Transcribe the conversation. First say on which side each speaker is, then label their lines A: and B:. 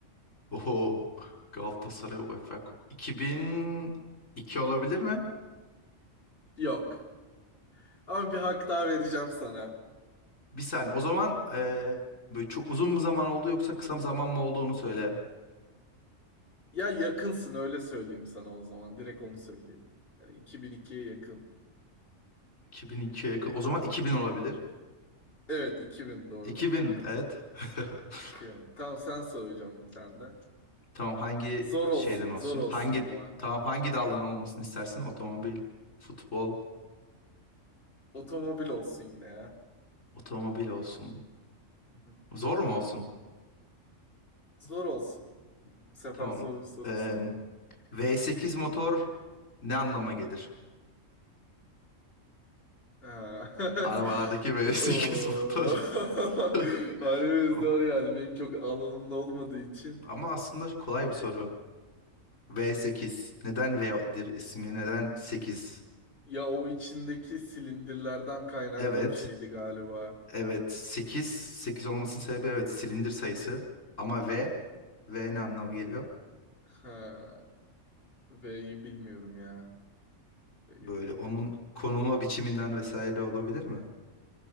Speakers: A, on the left; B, on the left.
A: Oho. Galatasaray UEFA Kup- iki bin iki olabilir mi?
B: Yok. Ama bir hak daha vereceğim sana.
A: Bir saniye. O zaman ee, böyle çok uzun mu zaman oldu yoksa kısa bir zaman mı oldu onu söyle.
B: Ya yakınsın öyle söyleyeyim sana o zaman. Direkt onu söyleyeyim. Yani 2002'ye yakın.
A: 2002'ye yakın. O zaman 2000 olabilir.
B: Evet 2000 doğru.
A: 2000 evet. <laughs>
B: 2000. Tamam sen sor hocam bir tane de.
A: Tamam hangi
B: Zor olsun
A: şeyden olsun?
B: zor olsun
A: Hangi
B: ama.
A: tamam hangi daldan olmasını istersin? Otomobil, futbol,
B: Otomobil olsun yine ya.
A: otomobil olsun.
B: Hı hı.
A: Zor mu olsun?
B: Zor olsun. Bu sefer
A: Tamam.
B: zor bir soru
A: Eee,
B: istiyorum.
A: V8 motor ne anlama gelir?
B: Ha.
A: Arabalardaki
B: <laughs>
A: V8
B: Oo.
A: motor.
B: <laughs>
A: <laughs>
B: Harbi
A: Am-
B: zor yani. Benim çok alanımda olmadığı için.
A: Ama aslında kolay bir soru. V8. Neden V'dir ismi? Neden 8?
B: Ya o içindeki silindirlerden kaynaklı
A: Evet.
B: bir şeydi galiba.
A: Evet. 8. 8 olmasının sebebi evet silindir sayısı. Ama V. V ne anlama geliyor?
B: Ha. V'yi bilmiyorum ya. V'yi
A: Böyle
B: bilmiyorum.
A: onun konulma biçiminden vesaire olabilir mi?